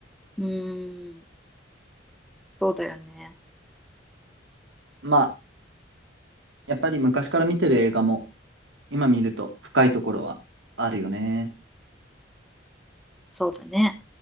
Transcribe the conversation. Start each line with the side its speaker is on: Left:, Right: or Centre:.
Centre: うん、そうだよね。
Right: まあ、やっぱり昔から見てる映画も今見ると深いところはあるよね。
Centre: そうだね。